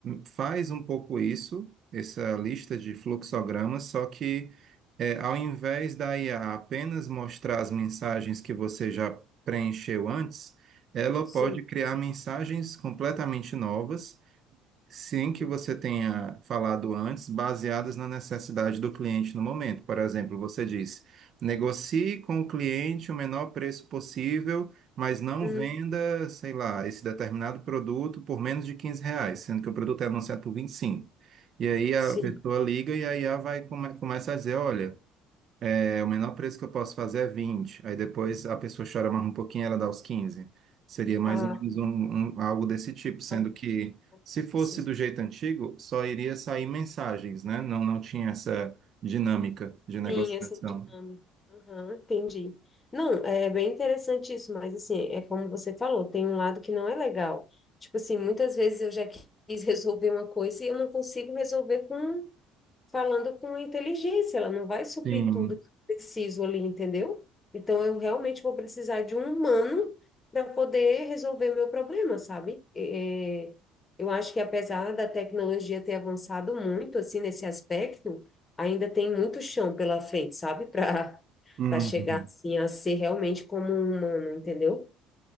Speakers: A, on the right; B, on the left.
A: faz um pouco isso, essa lista de fluxogramas, só que é, ao invés da IA apenas mostrar as mensagens que você já preencheu antes, ela
B: Sim.
A: pode criar mensagens completamente novas Sim, que
B: Uhum.
A: você tenha falado antes, baseadas na necessidade do cliente no momento. Por exemplo, você disse: negocie com o cliente o menor preço possível, mas não
B: uhum.
A: venda, sei lá, esse determinado produto por menos de 15 reais, sendo que o produto é anunciado por 25. E cinco. E aí a
B: Sim.
A: pessoa liga e aí a vai come- começa a dizer: olha. É, o menor preço que eu posso fazer é 20. Aí depois a pessoa chora mais um pouquinho, ela dá os 15. Seria mais
B: Ah,
A: ou menos um, um- algo desse tipo, sendo
B: alguma
A: que
B: coisa
A: se fosse
B: assim.
A: do jeito antigo, só iria sair mensagens, né? Não, não tinha essa dinâmica de negociação.
B: Sim, essa dinâmica. Aham, entendi. Não, é bem interessante isso, mas assim, é como você falou, tem um lado que não é legal. Tipo assim, muitas vezes eu já quis <laughs> resolver uma coisa e eu não consigo resolver com falando com inteligência, ela não vai suprir
A: Sim.
B: tudo que eu preciso ali, entendeu? Então eu realmente vou precisar de um humano para poder resolver meu problema, sabe? É, é, eu acho que apesar da tecnologia ter avançado muito assim nesse aspecto, ainda tem muito chão pela frente, sabe? <laughs> Para
A: Uhum.
B: para chegar assim a ser realmente como um humano, entendeu?